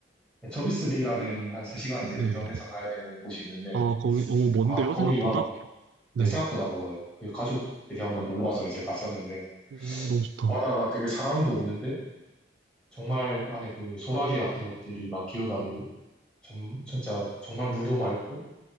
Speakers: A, in the centre; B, on the right.
A: 네, 저비스 베이라는
B: 음,
A: 한 3시간 이제
B: 네.
A: 운전해서 가야 되는 곳이 있는데
B: 아, 거기, 어, 먼데요?
A: 아 거기가
B: 생각보다?
A: 내
B: 네.
A: 생각보다 멀어요. 그 가족들이 한번 놀러 와서 이제 갔었는데
B: 오, 너무 좋다.
A: 그 바다가 되게 사람도 없는데 정말 안에 그 소라게 같은 것들이 막 기어다니고 점, 진짜 정말 물도 맑고